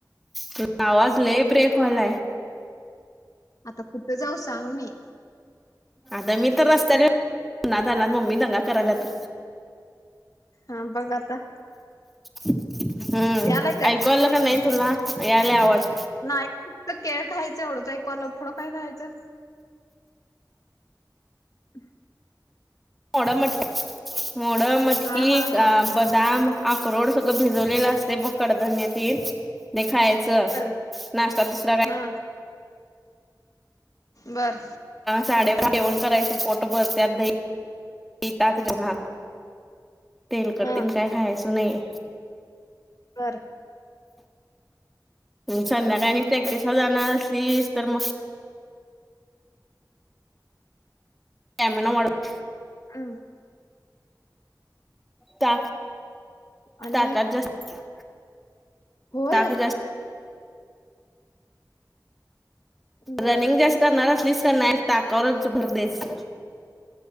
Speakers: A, in the centre; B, on the left.
A: त आवाज लई ब्रेक व्हायलाय.
B: आता कुठं जाऊ सांग मी.
A: आता मी तर रस्त्यावर
B: त
A: हाय उन्हातान्हात मम्मी दंगा करायल्यात.
B: हा बघ आता
A: हुं
B: यालाय काय
A: ऐकू आलं का नाही? तुला यायला आवाज,
B: नाही फक्त केळ खायच एवढंच ऐकू आलं पुढ काय खायचं? <inaudible>
A: मोडं मटकी, मोडं मटकी,
B: हा हा हा
A: बदाम अक्रोड सगळं भिजवलेलं असतय बघ कडधान्य तेन ते खायाच. च
B: बर
A: नाश्ता दुसरा काय
B: हा बर.
A: साडेबाराला जेवण करायचं पोटभर त्यात दही ही ताक जेवनात. तेलकट्
B: हा
A: तेन काय खायचं नाही.
B: बर.
A: संध्याकाळी आणि प्रॅक्टिस ला जाणार असलीस तर मग स्टॅमिना वाढव की
B: हम
A: ताक
B: आणि
A: ताकात जास्त
B: होय.
A: ताक जास्त
B: बर
A: रनिंग जास्त करणारह्यास असलीस का नाय ताकावरच भर द्यायचं.